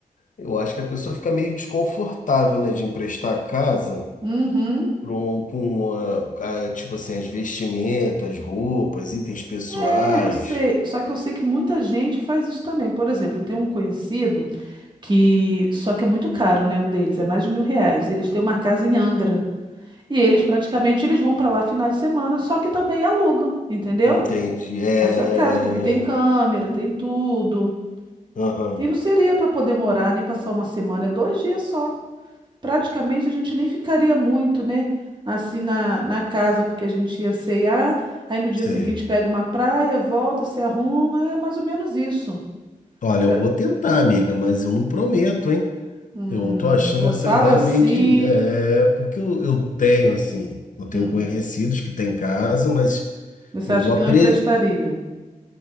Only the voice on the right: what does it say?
Uhum.
É, eu sei. Só que eu sei que muita gente faz isso também. Por exemplo, eu tenho um conhecido. que só que é muito caro, né, o deles, é mais de mil reais. Eles têm uma casa em Angra e eles praticamente eles vão para lá final de semana, só que também alugam, entendeu?
Essa casa, porque tem câmera,
tem tudo.
E não seria para poder morar nem passar uma semana, é dois dias só. Praticamente a gente nem ficaria muito, né, assim na, na casa, porque a gente ia cear, aí no dia
seguinte pega uma praia, volta, se arruma, é mais ou menos isso.
Se-
Hum,
quando
fala
assim.
hum.
Você
acha
que
não emprestariam?